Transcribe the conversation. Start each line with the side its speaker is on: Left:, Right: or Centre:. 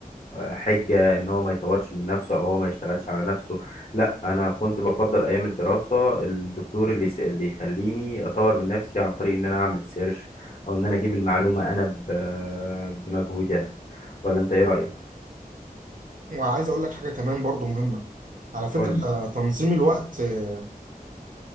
Left: حجة إن هو ما يطورش من نفسه أو هو ما يشتغلش على نفسه لا أنا كنت بفضل أيام الدراسة الدكتور اللي يس- اللي يخليني أطور من نفسي عن طريق إن أنا أعمل سيرش أو إن أنا أجيب المعلومة أنا ب- بمجهودي أنا ولا انت ايه رأيك
Right: وعايز اقول لك حاجة كمان برضو مهمة على فكرة
Left: قول لي
Right: آه، تنظيم الوقت آه،